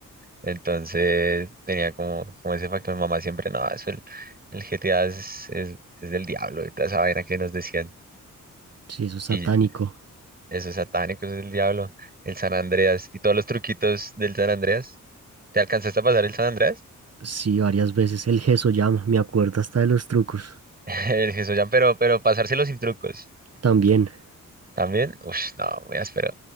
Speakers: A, on the right; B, on the right.
A: Entonces tenía como, como ese factor. Mi mamá siempre, no, eso el, el G T A es, es, es del diablo y toda esa vaina que nos decían.
B: Sí, eso es satánico.
A: Y esos satánicos es del diablo. El San Andreas y todos los truquitos del San Andreas. ¿Te alcanzaste a pasar el San Andreas?
B: Sí, varias veces el Llama, me acuerdo hasta de los trucos.
A: <laughs> El Jesús pero, pero pasárselo sin trucos.
B: También,
A: También, uff, no, muy áspero.